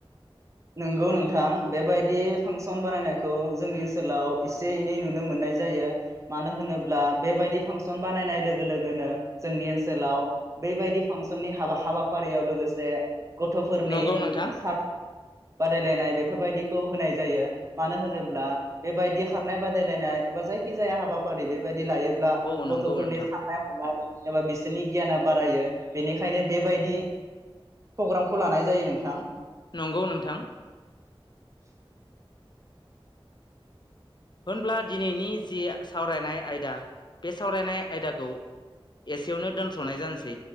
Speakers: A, on the right (about 30°); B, on the left (about 50°).
A: नंगौ नोंथां बेबादि फांसन बानायनायखौ जोंनि ओनस लाव एसे एनै नुनो मोन्नाय जायो। मानो होनोब्ला बेबादि फांसन बानायनाय लोगो लोगोनो जोंनि ओन्सोलाव बेबायदि फांसननि हाबा हाबाफारियाव लोगोसे गथफोरनि
B: नंगौ नोंथां
A: <unintelligible> बादायलायनाय बे फोर बायदिखौ होनाय जायो मानो होनोब्ला बेबायदि खारनाय बादायलायनाय एबा जायखिजाया हाबाफारि बेबायद दि लायोब्ला
B: औ
A: गथफोरनि
B: नंगौ नोंथां
A: साननाय हनाय एबा बिस नि गियाना बारायो बेनिखायनो बेबायदि पग्रामखौ लानाय जायो नोंथां
B: नंगौ नोंथां
A: <inaudible>
B: होनब्ला दिनैनि जि सावरायनाय आयदा बे सावरायनाय आयदाखौ एसेयावनो दोन्थनाय जानस